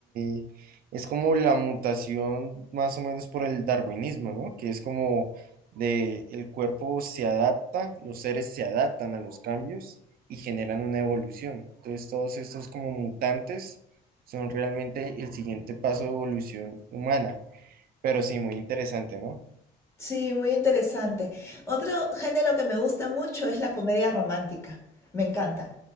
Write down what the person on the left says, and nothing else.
Sí, muy interesante. Otro género que me gusta mucho es la comedia romántica. Me encanta.